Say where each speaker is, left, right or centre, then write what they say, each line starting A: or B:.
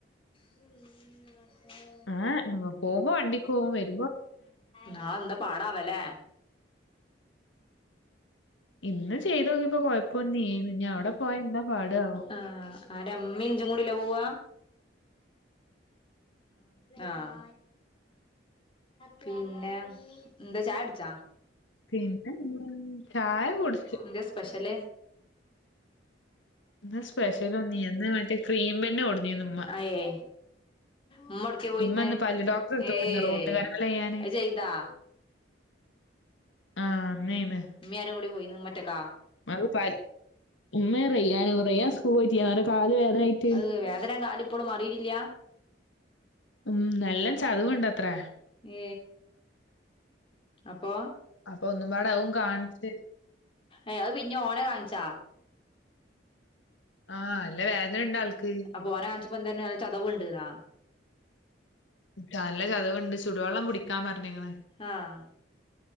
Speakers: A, on the left; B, on the left.
A: <unintelligible> <inaudible>
B: ഏഹ് പോവുമ്പം വണ്ടിക്ക് പോകും വരു
A: നാ എന്താപടാവല്ലേ
B: ഇന്ന് ചെയ്തോക്കിയപ്പോ കൊഴപ്പൊന്നുല്ലേനു ഇനി അവിടെ പോയാ എന്താ പാടാവോ.
A: അഹ് ആഹ് ആരാ ഉമ്മെ ഇജ്ജും കൂടി അല്ലെ പോവാ. ആഹ് പിന്നെ ന്താ ചായടിച്ച
B: പിന്നെ എന്താ, ചായ കുടിച്ച്.
A: എന്താ സ്പെഷ്യൽ?
B: ഇന്ന് സ്പെഷ്യലൊന്നും ഇല്ല ഇന്ന് മറ്റേ ക്രീം ബന്ന് കൊണ്ടുവന്നിരുന്നു ഉമ്മ.
A: അയെ മ്മ എവ്ട്ക്കെ പോയിർന്നെ
B: ഇമ്മ ഇന്ന് പല്ല് ഡോക്ടറെ അടുത്ത്
A: ഏഹ്
B: കൊണ്ടുവന്നു റൂട്ട് കനാല് ചെയ്യാന്.
A: ആയി ചെയ്താ.
B: ആഹ് <unintelligible>
A: ഉമ്മി ആരൂട്യോ പോയിര്ന്ന്. ഉമ്മഒറ്റക്ക
B: അത് പല്ല് ഉമ്മ റയ്യാന് റയ്യാൻ സ്കൂൾ പോയിട്ടില്ലേനോ ഓന്റെ കാല് വേദനായിട്ട്.
A: ആഹ് വേദന കാലിപ്പോളും മാറിട്ടില
B: ഉം നല്ല ചത്താവേടത്രേ
A: ഏ അപ്പൊ
B: അപ്പൊ ഒന്നുപാടെ അതും കാണേച്.
A: ഏഹ് പിന്നിം ഓനെ കൺച്ച.
B: ആ നല്ല വേദന ഉണ്ട് ആൾക്ക്
A: അപ്പോ ഓനെ കാണിച്ചപ്പോ ന്തെർഞ്ഞെ ചതവ്ണ്ട് ന്നോ
B: കാല് ന്ചതവ്ണ്ട് ചൂടുവെള്ളം പുടിക്കാൻ പർഞ്ഞ്ണ്
A: ആഹ്